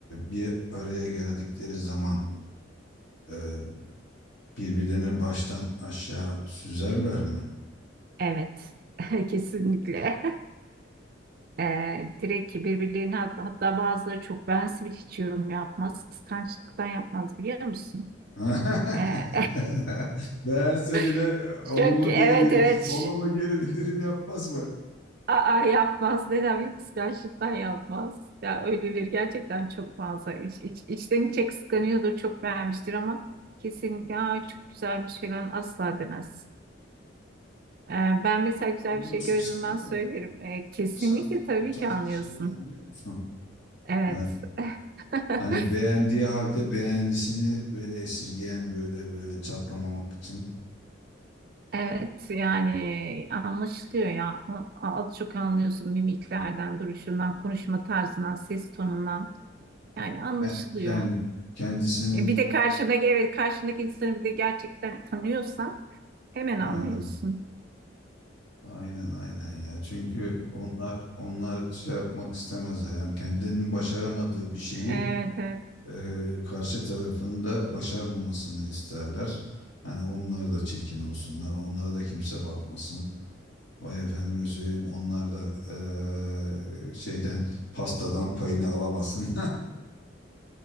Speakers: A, on the left; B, on the right.
A: bir araya geldikleri zaman e, birbirlerini baştan aşağı süzerler mi?
B: Evet, <laughs> kesinlikle. <laughs> Ee, direkt ki birbirlerine hat- hatta bazıları çok ben sivil hiç yorum yapmaz, kıskançlıktan yapmaz biliyor musun?
A: <laughs>
B: Ee,
A: Beğense bile
B: <laughs>
A: e, olumlu
B: çok evet
A: geri bildirim,
B: evet
A: olumlu
B: Şş,
A: geri bildirim yapmaz mı?
B: aa, yapmaz neden bir kıskançlıktan yapmaz ya öyleleri gerçekten çok fazla iç, iç, içten içe kıskanıyordur çok beğenmiştir ama kesinlikle aa, çok güzelmiş falan asla demez. Ee, Ben mesela güzel
A: Anlıyorsun
B: bir şey gördüm
A: sen değil
B: ben söylerim.
A: mi? Böyle.
B: Ee, kesinlikle
A: Sen
B: tabii
A: o tarz
B: ki anlıyorsun.
A: kişileri anlıyor musun?
B: Evet.
A: Ha,
B: <laughs>
A: Hani beğendiği halde beğenisini böyle esirgeyen böyle böyle çatlamamak için.
B: Evet yani anlaşılıyor ya. A- Az çok anlıyorsun mimiklerden, duruşundan, konuşma tarzından, ses tonundan. Yani anlaşılıyor.
A: Ben, kend- kendisinin
B: E, Bir de karşındaki evet karşındaki insanı bir de gerçekten tanıyorsan hemen
A: ha,
B: anlıyorsun.
A: aynen aynen ya. Çünkü onlar onlar şey yapmak istemezler. Yani kendilerinin başaramadığı bir şeyi
B: Evet evet.
A: e, karşı tarafında başarmamasını isterler. Hani onlar da çirkin olsunlar, onlara da kimse bakmasın. Vay efendime söyleyeyim onlar da e, şeyden pastadan payını alamasın.